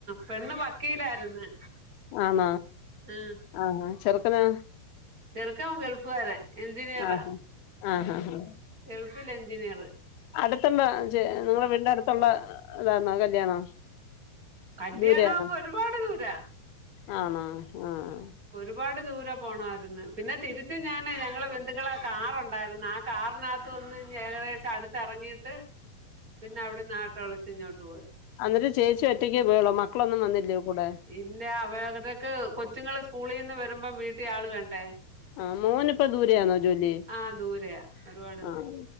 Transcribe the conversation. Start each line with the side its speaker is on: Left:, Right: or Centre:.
Right: പെണ്ണ് വക്കീലായിരുന്നു
Left: ആണ
Right: ആ
Left: ആഹ ചെറുക്കനാ
Right: ചെറുക്കൻ ഗൾഫ്കാരൻഎഞ്ചിനീയറാ
Left: ആഹ് ആഹ് ആഹ്
Right: ഗൾഫിൽ എഞ്ചിനീയർ
Left: അടുത്തുള്ള ച നിങ്ങളടെ വീടിന്റെ അടുത്തുള്ള ഇതാന്നോ കല്യാണം
Right: കല്യാണംഒരുപാട്
Left: ദൂരെയാണോ
Right: ദൂര
Left: ആണോ ആഹ
Right: ഒരുപാട് ദൂരെ പോകണമായിരുന്നു പിന്നെ തിരിച്ച് ഞാന് ഞങ്ങള് ബന്ധുക്കള ആ കാറുണ്ടായിരുന്നു ആ കാറിനകത്ത് ഒന്ന് ഏകദേശം അടുത്ത് ഇറങ്ങിയിട്ട് പിന്നെ അവിടെ നാട്ടൊളിച്ചോ ട്ട <unintelligible>
Left: അന്നിട്ട് ചേച്ചി ഒറ്റയ്ക്കേ പോയുള്ളൂ മക്കളൊന്നും വന്നില്ലേകൂടെ
Right: ഇല്ല അവതക്ക് കൊച്ചുങ്ങള് സ്കൂളിൽ നിന്ന് വരുമ്പം വീട്ടിൽ ആൾ വേണ്ടേ
Left: ആഹ്‌ മോന് ഇപ്പൊ ദൂരെയാണോ ജോലി?
Right: ആ ദൂരെയാ ഒരുപാട്
Left: ആഹ്‌